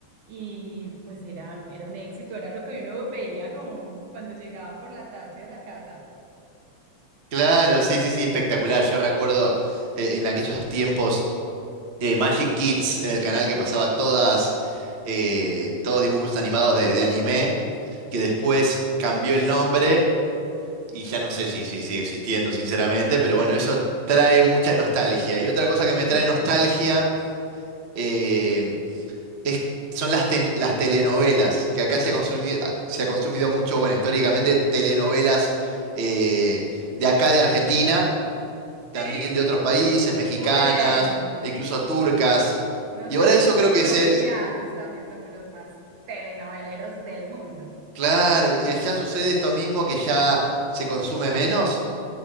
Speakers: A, on the right (about 80°); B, on the right (about 45°).
A: Y pues era, era un éxito, era lo que uno veía como cuando llegaba por la tarde a la casa.
B: Claro, sí, sí, sí, espectacular. Yo recuerdo eh, en aquellos tiempos de Magic Kids, en el canal que pasaba todas, eh, todos dibujos animados de, de anime, que después cambió el nombre y ya no sé si, si sigue existiendo, sinceramente, pero bueno, eso trae mucha nostalgia. Y otra cosa que me
A: Sí.
B: trae nostalgia, eh, es- son las, ten- las telenovelas, que acá se ha consumido, se ha consumido mucho, bueno, históricamente telenovelas eh, de acá de Argentina, también
A: Sí,
B: de otros países, mexicanas,
A: bueno,
B: e incluso turcas.
A: nosotros
B: Y ahora eso
A: los
B: creo
A: colombianos
B: que se,
A: también somos los más telenoveleros del mundo.
B: claro, y allá sucede esto mismo que ya se consume menos